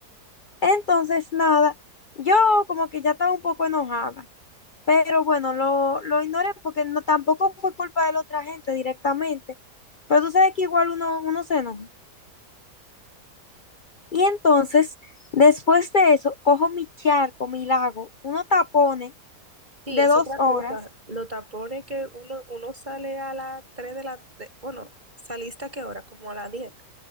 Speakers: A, on the left; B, on the right.
A: Entonces, nada, yo como que ya estaba un poco enojada, pero bueno, lo, lo ignoré porque no, tampoco fue culpa de la otra gente directamente, pero tú sabes que igual uno, uno se enoja. Y entonces, después de eso, cojo mi charco, mi lago, unos tapones
B: Sí,
A: de
B: es
A: dos
B: otra
A: horas.
B: cosa. Los tapones que uno, uno sale a las tres de la... de- bueno, ¿saliste a qué hora? Como a las diez